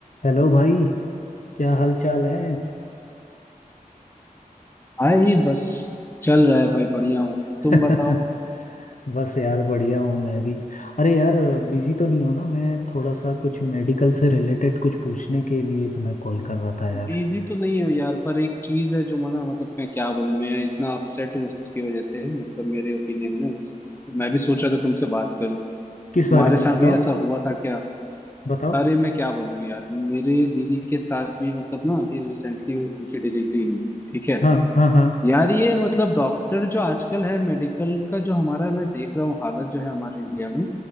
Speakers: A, on the left (about 60°); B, on the left (about 15°).
A: Hello भाई क्या हाल चाल है
B: आई बस चल रहा है भाई बढ़िया हूँ
A: <laughs>
B: तुम बताओ
A: बस यार बढ़िया हूँ मैं भी अरे यार बिजी तो नहीं हो ना मैं थोड़ा सा कुछ मेडिकल से रिलेटेड कुछ पूछने के लिए तुम्हें कॉल कर रहा था यार
B: बिजी तो नहीं हो यार पर एक चीज है जो मना मतलब मैं क्या बोलूं मैं इतना अपसेट हूँ उसकी वजह से मतलब मेरे ओपिनियन में उस तो मैं भी सोच रहा था तुमसे बात करूं
A: किस
B: तुम्हारे
A: बारे में
B: साथ
A: बताओ
B: भी ऐसा हुआ था क्या
A: बताओ
B: अरे मैं क्या बोलूं यार मेरे दीदी के साथ भी मतलब ना अभी रिसेंटली उनकी डिलीवरी हुई ठीक है
A: हाँ हाँ हाँ
B: यार ये मतलब डॉक्टर जो आजकल है मेडिकल का जो हमारा मैं देख रहा हूँ हालत जो है हमारे इंडिया में